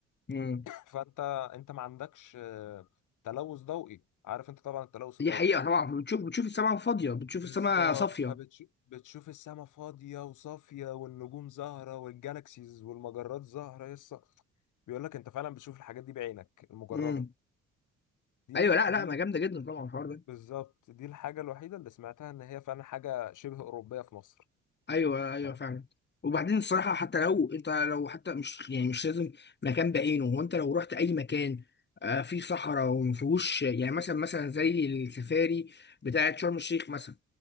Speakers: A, on the left; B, on the left.
A: مم.
B: فانت انت ما عندكش آه، تلوث ضوئي عارف انت طبعا التلوث
A: دي
B: الضوئي
A: حقيقة طبعا بتشوف بتشوف السماء فاضية بتشوف السماء
B: بالظبط
A: صافية
B: فبتشوف السما فاضية وصافية والنجوم زاهرة والجالاكسيز والمجرات زاهرة يسا بيقول لك انت فعلا بتشوف الحاجات دي بعينك المجردة
A: مم.
B: دي
A: ايوه لا لا
B: دي
A: ما جامدة جدا طبعا الحوار ده
B: بالظبط دي الحاجة الوحيدة اللي سمعتها ان هي فعلا حاجة شبه أوروبية في مصر
A: ايوه ايوه
B: فاهم
A: فعلا وبعدين الصراحه حتى لو انت لو حتى مش يعني مش لازم مكان بعينه هو انت لو رحت اي مكان آه، فيه صحراء وما فيهوش يعني مثلا مثلا زي السفاري بتاعه شرم الشيخ مثلا